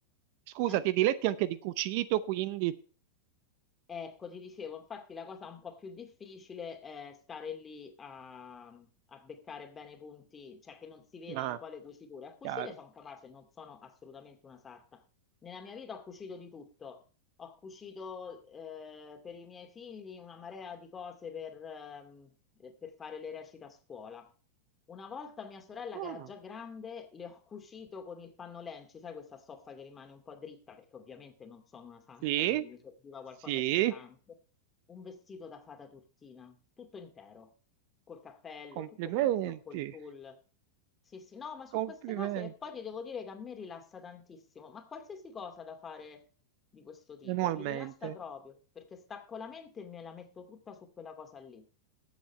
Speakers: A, on the right (about 55°); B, on the left (about 20°).
A: scusa,
B: eh?
A: ti diletti anche di cucito, quindi...
B: Ecco, ti dicevo, infatti la cosa un po' più difficile è stare lì a, a beccare bene i punti, cioè che non si vedano
A: Ah,
B: poi le cuciture. A cucire
A: chiaro.
B: sono capace, non sono assolutamente una sarta. Nella mia vita ho cucito di tutto, ho cucito eh, per i miei figli una marea di cose per, ehm, eh, per fare le recite a scuola. Una volta mia sorella,
A: Ah,
B: che era già grande, le ho cucito con il panno lenci, sai questa stoffa che rimane un po' dritta, perché ovviamente non sono una santa,
A: sì,
B: quindi mi serviva
A: sì,
B: qualcosa di pesante. Un vestito da fata turchina, tutto intero, col cappello,
A: complimenti,
B: tutto quanto, col tul. Sì, sì, no, ma su
A: complimenti,
B: queste cose e poi ti devo dire che a me rilassa tantissimo, ma qualsiasi cosa da fare di questo tipo
A: manualmente.
B: mi rilassa proprio perché stacco la mente e me la metto tutta su quella cosa lì.